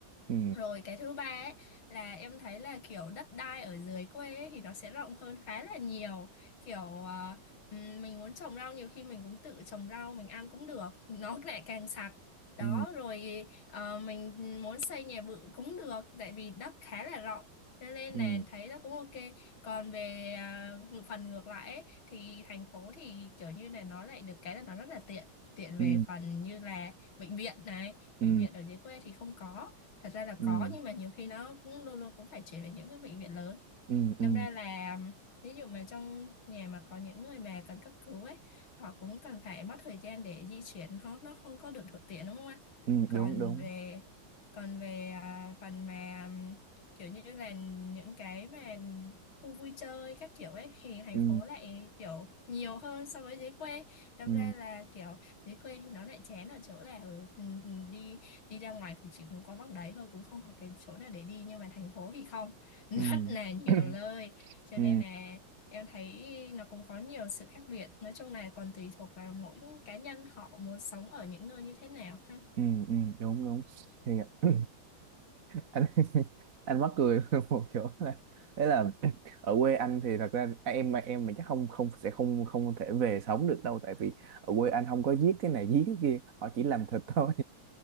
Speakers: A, on the right (about 45°); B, on the left (about 80°).
A: ừ.
B: rồi cái thứ ba ấy là em thấy là kiểu đất đai ở dưới quê ấy, thì nó sẽ rộng hơn khá là nhiều. Kiểu ờ, ừm, mình muốn trồng rau nhiều khi mình cũng tự trồng rau mình ăn cũng được, <laughs> nó lại càng sạch. Đó
A: ừ
B: rồi ờ, mình muốn xây nhà bự cũng được tại vì đất khá là rộng. Cho nên
A: ừ
B: là thấy nó cũng ok. Còn về ờ, ngược- phần ngược lại ấy, thì thành phố thì kiểu như là nó lại được cái là nó rất là tiện. Tiện
A: ừ
B: về phần như là bệnh viện này,
A: ừ
B: bệnh viện ở dưới quê thì không có thật ra là
A: ừ
B: có nhưng mà nhiều khi nó cũng luôn luôn cũng phải chuyển về những cái bệnh viện lớn
A: ừ ừ
B: đâm ra là ví dụ mà trong nhà mà có những người mà cần cấp cứu ấy họ cũng cần phải mất thời gian để di chuyển họ nó không có được thuận tiện đúng không ạ
A: ừ
B: còn
A: đúng đúng
B: về còn về à, phần mà ừm, kiểu như là những cái mà khu vui chơi các kiểu ấy thì thành
A: ừ
B: phố lại kiểu nhiều hơn so với dưới quê đâm
A: ừ
B: ra là kiểu dưới quê thì nó lại chán ở chỗ là ừ, ừ, ừ, đi đi ra ngoài thì chỉ muốn có bằng đấy thôi cũng không có cái chỗ nào để đi nhưng mà thành phố thì không rất
A: ừ
B: là nhiều
A: <coughs>
B: nơi, cho
A: ừ
B: nên là em thấy nó cũng có nhiều sự khác biệt nói chung là còn tùy thuộc vào mỗi cá nhân họ muốn sống ở những nơi như thế nào ha
A: ừ ừ ừ, <coughs> đúng đúng thì <coughs> anh anh mắc cười <laughs> một chỗ là đấy là <coughs> ở quê anh thì thật ra à, em mà em mình chắc không không sẽ không không thể về sống được đâu tại vì ở quê anh không có giết cái này giết cái kia họ chỉ làm thịt thôi